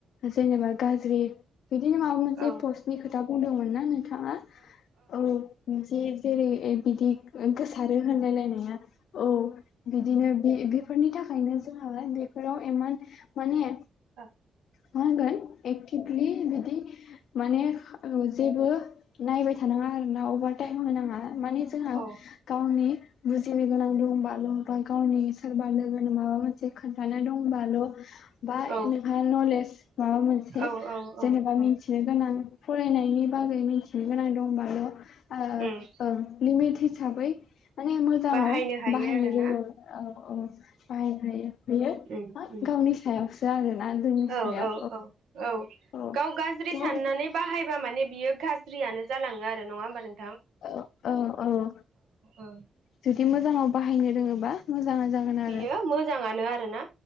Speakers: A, on the left; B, on the right.
A: जेनेबा गाज्रि बिदिनो माबा मोनसे
B: औ
A: पस्टनि खोथा बुंदोंमोन ना नों थाङा औ मोनसे जेरै बिदि गोसारो होनलायलायनाया औ बिदिनो बे बेफोरनि थाखायनो जोंहा बेफोराव इमान माने
B: औ
A: मा होनगोन एकटिबलि बि दि माने औस जेबो नायबाय थानाङा आरोना अबार टाइम होनाङा, माने जोंहा
B: औ
A: गावनि बुजिनो गोनां दंबाल' बा गावनि सोरबा लोगोनो माबा मोनसे खोन्थानो दंबाल' बा
B: औ
A: नोंहा नलेज माबा मोनसे
B: औ
A: जेनेबा
B: औ औ
A: मिथिनो गोन नां फरायनायनि बागै मोनथिनो गोनां दंबाल' ओ
B: उम
A: ओं लिमिट हिसाबै माने मोजाङाव
B: बाहायनो हायो
A: बाहायनो
B: आरोना
A: रोङो औ औ बाहायनो हायो बियो
B: उम उम
A: गावनि सायावसो आरो ना जोंनि
B: औ
A: सायाव
B: औ औ
A: औ
B: गाव गाज्रि
A: थ'
B: साननानै
A: औ
B: बाहायबा माने बियो गाज्रियानो जालाङो आरो नङा होमबा नों
A: औ औ औ
B: औ
A: जुदि मोजांङाव बाहाय हायनो रोंङोबा मोजांआ जागोन
B: बियो
A: आरो
B: मोजाङानो आरोना